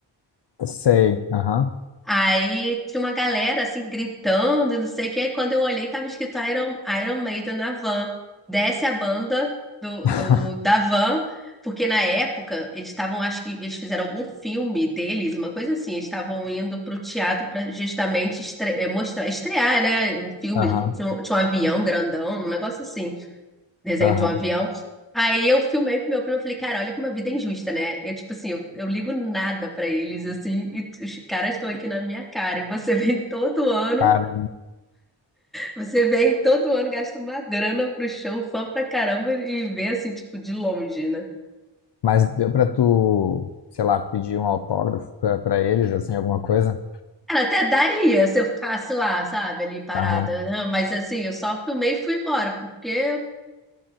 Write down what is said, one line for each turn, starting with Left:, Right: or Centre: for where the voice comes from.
Left: Sei. Aham.
Centre: Aí tinha uma galera assim gritando, não sei o que. Aí quando eu olhei, tava escrito Iron, Iron Maiden na van. Desce a banda do,
Left: <laughs>
Centre: do- da van, porque na época eles estavam, acho que eles fizeram algum filme deles, uma coisa assim. Eles estavam indo pro teatro para justamente estre eh, mostrar, estrear, né? Um filme,
Left: Aham.
Centre: tinha um, tinha um avião grandão, um negócio assim desenho
Left: Aham.
Centre: de um avião. Aí eu filmei pro meu primo e falei, cara, olha como a vida é injusta, né? Eu, tipo assim, eu, eu ligo nada pra eles, assim, e os caras estão aqui na minha cara. E você <laughs> vem todo ano,
Left: Cara,
Centre: você vem todo ano, gasta uma grana pro show, fã pra caramba, e vê assim, tipo, de longe, né?
Left: mas deu pra tu, sei lá, pedir um autógrafo pra pra eles, assim, alguma coisa?
Centre: Cara, até daria se eu ficasse lá, sabe, ali parada.
Left: Aham.
Centre: né? Mas assim, eu só filmei e fui embora, porque